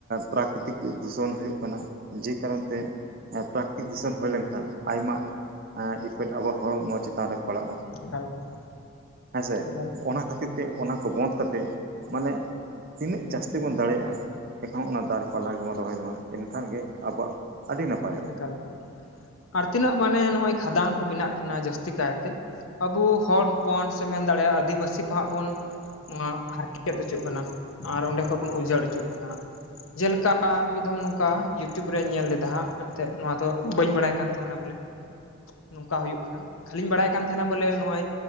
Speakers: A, on the right; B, on the left.
A: ᱯᱨᱟᱠᱨᱤᱛᱤᱠ ᱫᱩᱥᱚᱱ ᱦᱩᱭᱩᱜ ᱠᱟᱱᱟ ᱡᱮ ᱠᱟᱨᱚᱱ ᱛᱮ ᱯᱨᱟᱠᱨᱤᱛᱤᱠ ᱫᱩᱥᱚᱱ ᱦᱩᱭ ᱞᱮᱱᱠᱷᱟᱱ ᱟᱭᱢᱟ ᱤᱯᱷᱮᱠᱴ ᱟᱵᱚᱣᱟᱜ ᱦᱚᱲᱢᱚ ᱪᱮᱛᱟᱱ ᱨᱮ ᱯᱟᱲᱟᱜᱼᱟ
B: ᱮᱠᱟᱞ ᱠᱷᱚᱱ
A: ᱦᱮᱸᱥᱮ
B: ᱮᱠᱟᱞ
A: ᱚᱱᱟ ᱠᱷᱟᱹᱛᱤᱨ ᱛᱮ ᱚᱱᱟ ᱠᱚ ᱵᱚᱱᱫᱽ ᱠᱟᱛᱮᱜ ᱢᱟᱱᱮ ᱛᱤᱱᱟᱹᱜ ᱡᱟᱹᱥᱛᱤ ᱵᱚᱱ ᱫᱟᱲᱮᱭᱟᱜᱼᱟ ᱮᱱᱠᱷᱚᱱ ᱚᱱᱟ ᱫᱟᱨᱮ ᱯᱟᱞᱟ ᱜᱮᱵᱚᱱ ᱨᱚᱦᱚᱭ ᱢᱟ ᱮᱱᱠᱷᱟᱱ ᱜᱮ ᱟᱵᱚᱣᱟᱜ ᱟᱹᱰᱤ ᱱᱟᱯᱟᱭᱚᱜᱼᱟ᱾
B: ᱮᱠᱟᱞ ᱮᱠᱟᱞ ᱟᱨ ᱛᱤᱱᱟᱹᱜ ᱢᱟᱱᱮ ᱱᱚᱜᱼᱚᱭ ᱠᱷᱟᱫᱟᱱ ᱠᱚ ᱵᱮᱱᱟᱜ ᱠᱟᱱᱟ ᱡᱟᱹᱥᱛᱤ ᱠᱟᱭᱛᱮ ᱟᱵᱚ ᱦᱚᱲ ᱯᱚᱱ ᱥᱮ ᱢᱮᱱ ᱫᱟᱲᱮᱭᱟᱜᱼᱟ ᱟᱹᱫᱤᱵᱟᱹᱥᱤ ᱠᱚᱦᱟᱸ ᱵᱚᱱ ᱱᱚᱣᱟ ᱦᱟᱨᱠᱮᱛ ᱦᱚᱪᱚᱜ ᱠᱟᱱᱟ ᱟᱨ ᱚᱸᱰᱮ ᱠᱷᱚᱱ ᱵᱚᱱ ᱩᱡᱟᱹᱲ ᱦᱚᱪᱚᱜ ᱠᱟᱱᱟ ᱡᱮᱞᱮᱠᱟ ᱢᱤᱫ ᱫᱚᱢ ᱱᱚᱝᱠᱟ ᱤᱭᱩᱴᱩᱵᱽ ᱨᱮᱧ ᱧᱮᱞ ᱞᱮᱫᱟ ᱦᱟᱸᱜ ᱮᱱᱛᱮᱫ ᱱᱚᱣᱟ ᱫᱚ ᱵᱟᱹᱧ ᱵᱟᱲᱟᱭ ᱠᱟᱱ ᱛᱟᱦᱮᱸᱱᱟ ᱵᱚᱞᱮ ᱱᱚᱝᱠᱟ ᱦᱩᱭᱩᱜ ᱠᱟᱱᱟ ᱠᱷᱟᱹᱞᱤᱧ ᱵᱟᱲᱟᱭ ᱠᱟᱱ ᱛᱟᱦᱮᱸᱱᱟ ᱵᱚᱞᱮ ᱱᱚᱜᱼᱚᱭ